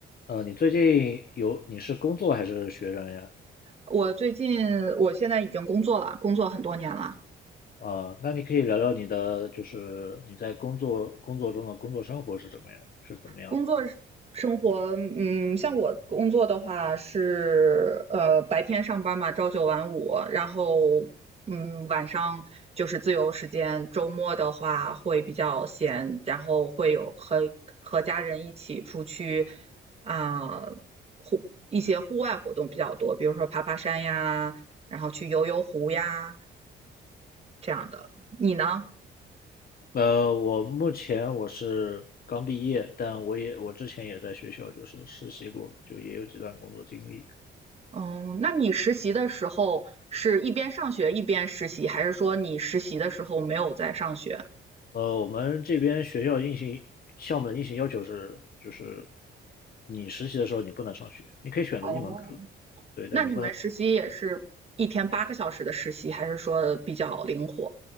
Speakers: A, on the left; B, on the right.
A: 呃，你最近有，你是工作还是学生呀？
B: 我最近我现在已经工作了，工作很多年了，
A: 啊，那你可以聊聊你的，就是你在工作工作中的工作生活是怎么样，是怎么样的？
B: 工作生活，嗯，像我工作的话是呃白天上班嘛，朝九晚五，然后嗯晚上就是自由时间，周末的话会比较闲，然后会有和和家人一起出去啊、户一些户外活动比较多，比如说爬爬山呀，然后去游游湖呀这样的。你呢？
A: 呃，我目前我是刚毕业，但我也我之前也在学校就是实习过，就也有几段工作经历。
B: 嗯，那你实习的时候是一边上学一边实习，还是说你实习的时候没有在上学？
A: 呃，我们这边学校硬性项目的硬性要求是，就是你实习的时候你不能上学，你可以选择一门课，
B: 哦，
A: 对，但你不能。
B: 那你们实习也是一天八个小时的实习，还是说比较灵活？